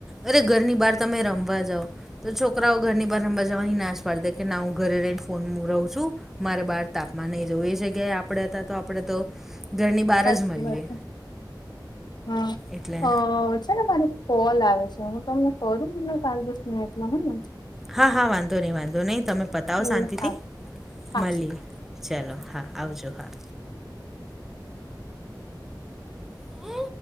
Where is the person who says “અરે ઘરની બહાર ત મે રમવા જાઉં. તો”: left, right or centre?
Centre